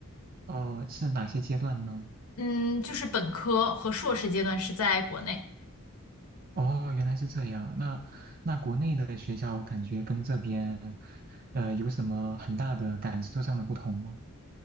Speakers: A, on the right; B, on the left.
A: 哦，是哪些阶段呢？
B: 嗯，就是本科和硕士阶段是在国内，
A: 哦，原来是这样。那那国内的学校感觉跟这边，呃，有什么很大的感受上的不同吗？